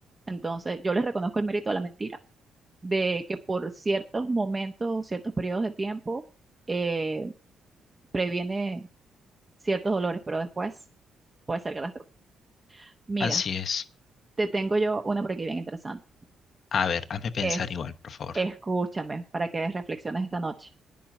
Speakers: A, on the right; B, on the left.
A: Entonces yo les reconozco el mérito a la mentira, de que por ciertos momentos, ciertos periodos de tiempo, eh, previene ciertos dolores, pero después puede ser catastrófico. Mira,
B: Así es.
A: te tengo yo una por aquí bien interesante.
B: A ver, hazme pensar
A: Es,
B: igual, por favor.
A: escúchame para que reflexiones esta noche.